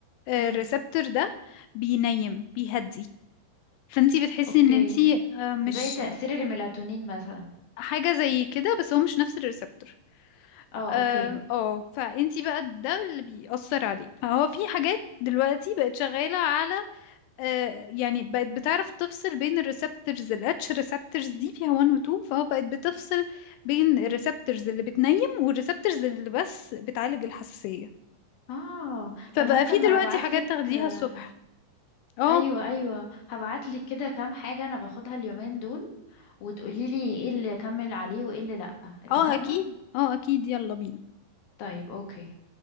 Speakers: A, on the left; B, on the left.
A: الريسبتور
B: امم
A: ده بينيم بيهدي فانتي بتحسي
B: اوكي
A: ان انتي آه، مش
B: زي تأثير الميلاتونين مثلا
A: حاجة زي كده بس هو مش نفس الريسبتور
B: اه
A: اه
B: اوكي
A: آه، فانتي بقى ده اللي بيأثر عليه فهو في حاجات دلوقتي بقت شغالة على آه يعني بقت بتعرف تفصل بين الريسبتورز الاتش ريسبتورز دي فيها 1 و 2 فهو بقت بتفصل بين الريسبتورز اللي بتنيم والريسبتورز اللي بس بتعالج الحساسية
B: اه
A: فبقى
B: طب ممكن
A: في
B: ابعتلك
A: دلوقتي حاجات تاخديها
B: آه،
A: الصبح اه
B: ايوه ايوه هبعتلك كده كام حاجة انا باخدها اليومين دول وتقوليلي ايه اللي اكمل عليه وايه اللي لأ اتفقنا؟
A: اه اكيد اه اكيد يلا بينا
B: طيب اوكي